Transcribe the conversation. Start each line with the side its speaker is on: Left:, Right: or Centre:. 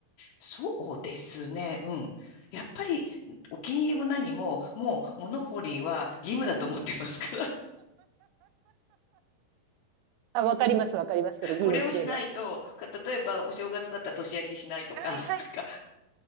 Left: そうですね、うん。やっぱり、お気に入りも何も、もう、モノポリーは義務だと思ってますから、
Right: あ、わかります、わかります。
Left: <laughs>
Right: そのゲームっていうのは。
Left: これをしないと、か例えば、お正月だったら年明けしないとか、
Right: はいはい。
Left: なんか、